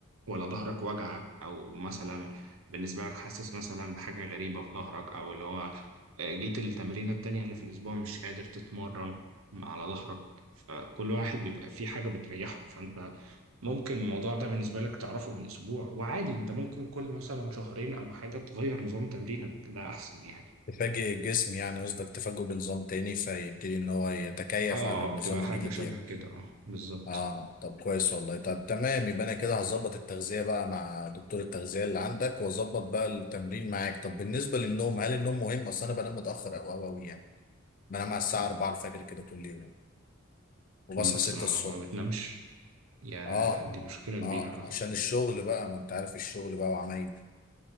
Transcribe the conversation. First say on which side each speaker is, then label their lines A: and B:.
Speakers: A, on the right; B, on the left.
A: ولا ظهرك وجعك أو مثلا بالنسبة لك حاسس مثلا بحاجة غريبة في ظهرك أو اللي هو آه، جيت التمرينة التانية اللي في الأسبوع مش قادر تتمرن على ظهرك فكل واحد بيبقى فيه حاجة بتريحه فأنت ممكن الموضوع ده بالنسبة لك تعرفه من أسبوع وعادي أنت ممكن كل مثلا شهرين أو حاجة تغير نظام تمرينك ده أحسن يعني
B: تفاجئ الجسم يعني قصدك تفاجئه بنظام تاني فيبتدي ان هو يتكيف
A: آه
B: على النظام
A: بتبقى
B: الجديد
A: حاجة شبه
B: يعني
A: كده آه بالظبط
B: اه طب كويس والله طب تمام يبقى انا كده هظبط التغذية بقى مع دكتور التغذية اللي عندك واظبط بقى التمرين معاك طب بالنسبة للنوم هل النوم مهم اصل انا بنام متأخر او او أوي يعني بنام على الساعة 4 الفجر كده كل يوم وبصحى
A: بس
B: 6
A: ما,
B: الصبح
A: ما بتنامش يا
B: اه
A: دي مشكلة كبيرة
B: اه
A: على
B: عشان
A: فكرة
B: الشغل بقى ما انت عارف الشغل بقى وعمايل